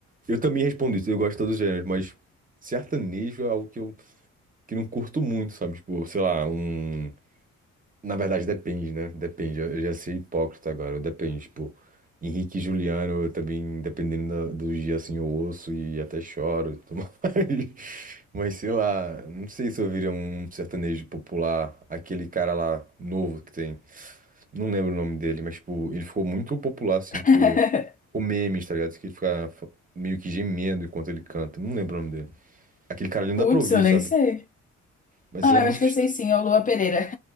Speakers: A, on the right; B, on the left.
A: eu também respondo isso, eu gosto de todos os gêneros, mas sertanejo é algo que eu que não curto muito, sabe? Tipo, sei lá, um. Na verdade, depende, né? Depende. Eu eu já sei hipócrita agora. Depende, tipo, Henrique e Juliano, eu também, dependendo da- do dia, assim, eu ouço e até choro e tudo mais. <laughs> Mas sei lá, não sei se eu ouviria um sertanejo popular, aquele cara lá novo que tem. Não lembro o nome dele, mas, tipo, ele ficou muito popular, assim,
B: <laughs>
A: tipo, com memes, tá ligado? Que ele fica fa- meio que gemendo enquanto ele canta. Não lembro o nome dele. Aquele cara ali não
B: Putz,
A: dá pra ouvir,
B: eu nem
A: sabe?
B: sei.
A: Mas
B: Ah,
A: ele é
B: eu
A: muito,
B: acho que eu sei sim, é o Lua Pereira.